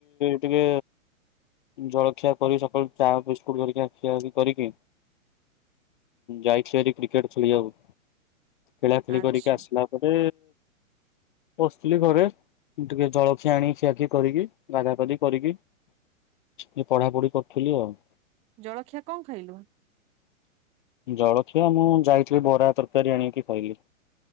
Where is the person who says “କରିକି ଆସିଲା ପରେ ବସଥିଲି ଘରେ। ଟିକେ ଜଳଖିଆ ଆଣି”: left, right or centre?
Left